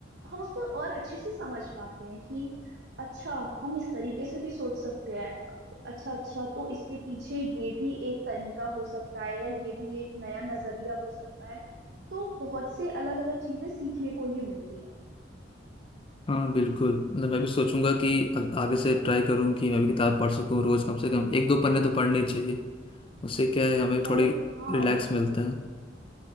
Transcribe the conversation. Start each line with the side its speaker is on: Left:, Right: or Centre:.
Right: हम उसको और अच्छे से समझ पाते हैं कि अच्छा हम इस तरीके से भी सोच सकते हैं अच्छा अच्छा तो इसके पीछे ये भी एक तरीका हो सकता है या ये भी एक नया नजरिया हो सकता है तो बहुत से अलग अलग चीजें सीखने को ही मिलती हैं
Left: हाँ बिल्कुल मतलब मैं भी सोचूंगा कि आ- आगे से ट्राई करूँ कि मैं भी किताब पढ़ सकूँ रोज कम से कम एक दो पन्ने तो पढ़ने ही चाहिए उससे क्या है हमें
Right: अरे
Left: थोड़ी
Right: हाँ
Left: रिलैक्स
Right: बिल्कुल
Left: मिलता है